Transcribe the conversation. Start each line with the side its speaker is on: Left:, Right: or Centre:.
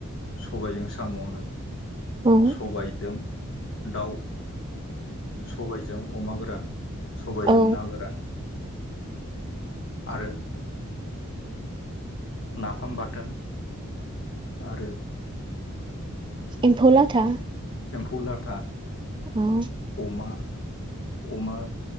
Left: सबायजों साम'नो
Right: औ उम
Left: सबायजों दाउ सबायजों अमा गोरान सबायजों
Right: औ
Left: ना गोरान आरो नाफाम बाथोन आरो
Right: एम्फौ लाथा
Left: एम्फौ लाथा
Right: औ
Left: अमा अमा